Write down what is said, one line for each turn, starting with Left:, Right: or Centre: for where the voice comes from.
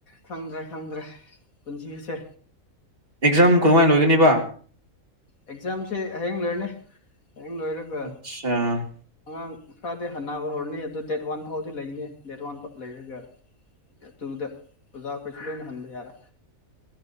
Left: ꯈꯪꯗ꯭ꯔꯦ ꯈꯪꯗ꯭ꯔꯦ ꯄꯨꯟꯁꯤꯁꯦ
Right: ꯑꯦꯛꯖꯥꯝ ꯀꯃꯍꯥꯏꯅ ꯂꯣꯏꯒꯅꯤꯕ
Left: ꯑꯦꯛꯖꯥꯝꯁꯦ ꯍꯌꯦꯡ ꯂꯣꯏꯔꯅꯤ ꯍꯌꯦꯡ ꯂꯣꯏꯔꯒ
Right: ꯑꯠꯆꯥ
Left: ꯑꯉꯥꯡ ꯈꯔꯗꯤ ꯍꯟꯅꯕ ꯍꯧꯔꯅꯤ ꯑꯗꯨ ꯗꯦꯠ ꯋꯥꯟ ꯐꯥꯎꯗꯤ ꯂꯩꯅꯤ ꯗꯦꯠ ꯋꯥꯟ ꯐꯥꯎ ꯂꯩꯔꯒ ꯑꯗꯨꯨꯗ ꯑꯣꯖꯥ ꯑꯩꯈꯣꯏꯁꯨ ꯂꯣꯏꯅ ꯍꯟꯕ ꯌꯥꯔꯦ